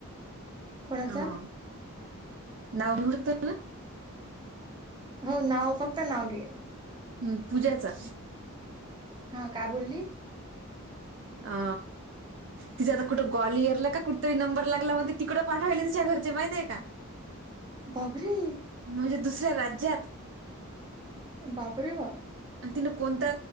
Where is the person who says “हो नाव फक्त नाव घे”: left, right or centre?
Right